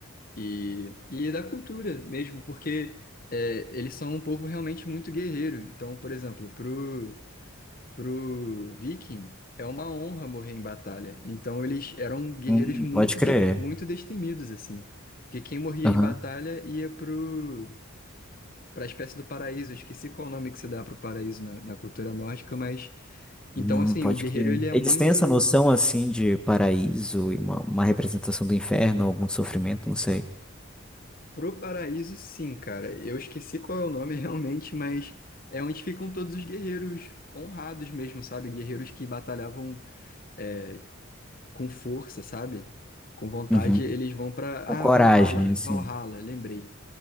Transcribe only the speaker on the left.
E, e da cultura mesmo, porque é, eles são um povo realmente muito guerreiro. Então, por exemplo, pro, pro viking é uma honra morrer em batalha. Então, eles eram guerreiros
muito,
de- muito destemidos, assim. Porque quem morria
em batalha ia pro, pra espécie do paraíso. Eu esqueci qual o nome que se dá pro paraíso na, na cultura nórdica, mas... Então,
assim,
o guerreiro
ele é
muito
Pro Paraíso, sim, cara. Eu esqueci qual é o nome <laughs> realmente, mas é onde ficam todos os guerreiros honrados mesmo, sabe? Guerreiros que batalhavam é, com força, sabe? Com vontade,
eles vão para
Ah,
Valhalla,
Valhalla, lembrei.